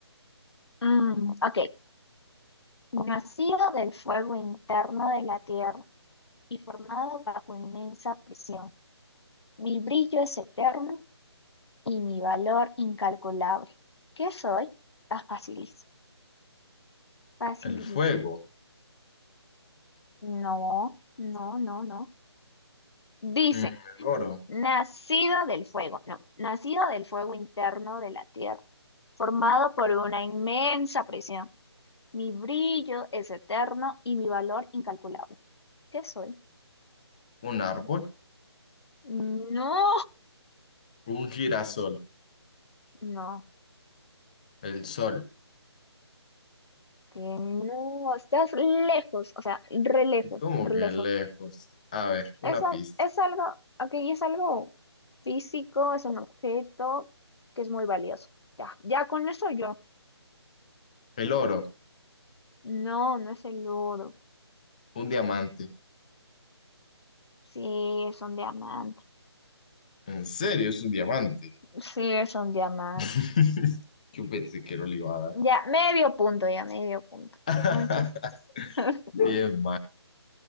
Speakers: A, on the left; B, on the left.
A: Mm, ok. Nacido del fuego interno de la tierra y formado bajo inmensa presión. Mi brillo es eterno y mi valor incalculable. ¿Qué soy? Está facilísimo. Facilísimo.
B: El fuego,
A: No, no, no, no. Dice,
B: Mm, el oro,
A: nacido del fuego. No, nacido del fuego interno de la tierra, formado por una inmensa presión Mi brillo es eterno y mi valor incalculable. ¿Qué soy?
B: un árbol,
A: No,
B: un girasol,
A: no,
B: el sol.
A: que no, estás lejos, o sea, re lejos,
B: ¿Cómo
A: re
B: que
A: lejos.
B: lejos? A ver, una
A: Es, al-
B: pista.
A: es algo, ok, es algo físico, es un objeto que es muy valioso. Ya, ya con eso yo.
B: El oro,
A: No, no es el oro.
B: un diamante.
A: Sí, es un diamante.
B: ¿En serio es un diamante?
A: Sí, es un diamante.
B: <laughs> Yo pensé que no le iba
A: Ya,
B: a
A: medio punto, ya, medio punto.
B: dar.
A: Mucho. <laughs>
B: <laughs> Bien,